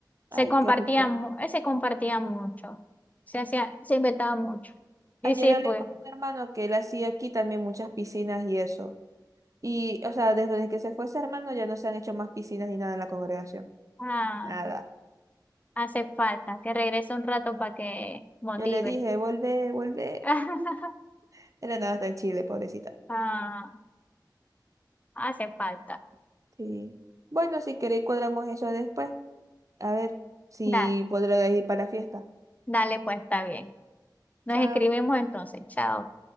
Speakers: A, on the left; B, on the right.
A: Se
B: Ay,
A: compartía,
B: qué rico.
A: mu- eh, se compartía mucho. Se hacía, se inventaba mucho. Y
B: Ayer
A: sí
B: hablé
A: fue.
B: con un hermano que él hacía aquí también muchas piscinas y eso. Y, o sea, desde que se fue ese hermano ya no se han hecho más piscinas ni nada en la congregación.
A: Ah.
B: Nada.
A: Hace falta que regrese un rato para que motive.
B: Yo le dije, vuelve, vuelve.
A: <laughs>
B: <laughs> Era nada, está en Chile, pobrecita.
A: Ah, hace falta.
B: Sí. Bueno, si queréis cuadramos eso después. A ver si
A: Da,
B: podré ir para la fiesta.
A: dale, pues está bien. Nos
B: Chao.
A: escribimos entonces. Chao.